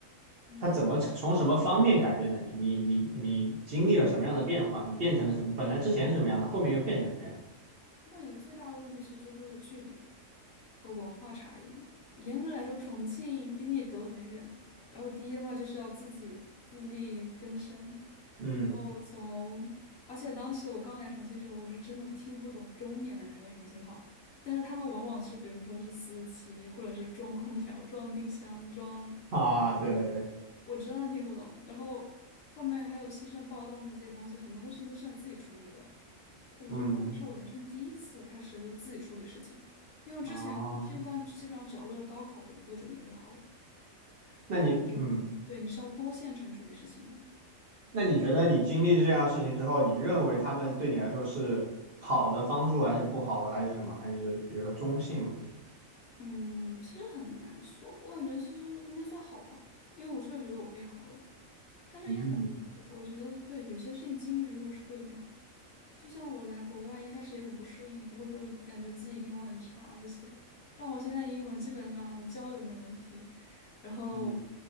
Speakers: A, on the left; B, on the right.
A: 嗯，
B: 他怎么从什么方面改变了你？你你你经历了什么样的变化？你变成了什么？本来之前是什么样的，后面又变成什么样？
A: 我感觉最大的问题其实就是距离和文化差异。严格来说，重庆毕竟也隔得很远。然后第一的话就是要自己自力更生，
B: 嗯
A: 然后从，而且当时我刚来重庆的时候，我是真的听不懂中年男人的重庆话，但是他们往往是比如说是司机，或者是装空调、装冰箱、装洗衣机的，
B: 啊，对对对，
A: 我真的听不懂。然后后面还有新生报道那些东西，很多东西都是自己处理的。我觉得那个是我人生第一次开始就自己处理事情，
B: 嗯
A: 因为我之前基本上基本上只要为了高考准做准备就好了。
B: 啊，那你嗯。
A: 之后，对，你是要多线程处理事情的。
B: 那你觉得你经历这样的事情之后，你认为他们对你来说是好的帮助，还是不好的，还是什么？还是比如说中性的？
A: 嗯，其实很难说，我感觉其实应该算好吧，因为我确实觉得我变好了，但是也很，
B: 嗯
A: 对，我觉得对，有些事情经历之后是会变好。就像我来国外一开始也很不适应，不会说感觉自己英文很差这些，但我现在英文基本上交流没问题，然后，
B: 嗯，